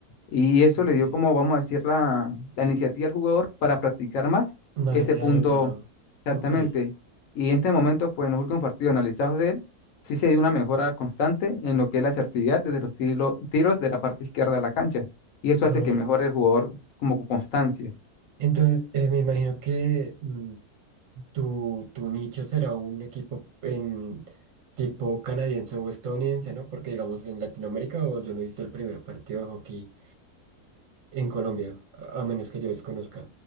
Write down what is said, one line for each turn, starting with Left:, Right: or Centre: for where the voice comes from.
Left: Y eso
Right: ok.
Left: le dio como, vamos a decir, la, la iniciativa al jugador para practicar más
Right: Más
Left: ese
Right: hacia
Left: punto
Right: el otro lado.
Left: exactamente.
Right: Ok.
Left: Y en este momento, pues en los últimos partidos analizados de él, sí se dio una mejora constante en lo que es la asertividad desde los tiro- tiros de la parte izquierda de la cancha. Y eso
Right: Vos.
Left: hace que mejore el jugador como con constancia.
Right: Entonces, eh, me imagino que mm, tu, tu nicho será un equipo en tipo canadiense o estadounidense, ¿no? Porque digamos en Latinoamérica o yo no he visto el primer partido de hockey en Colombia, a a menos que yo desconozca.